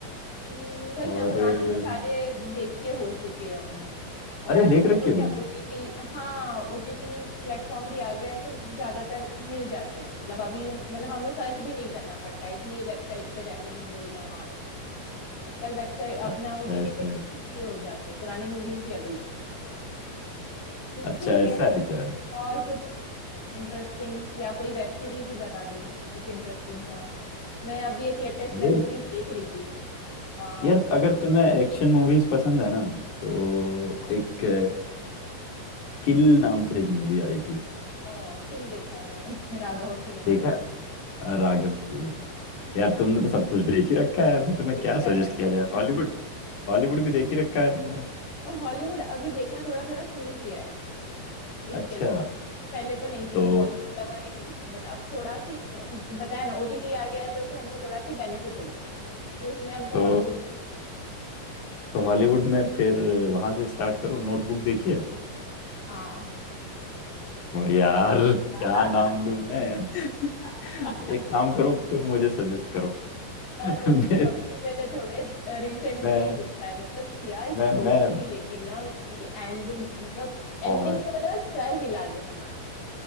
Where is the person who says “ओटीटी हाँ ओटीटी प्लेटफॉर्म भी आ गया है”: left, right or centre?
Left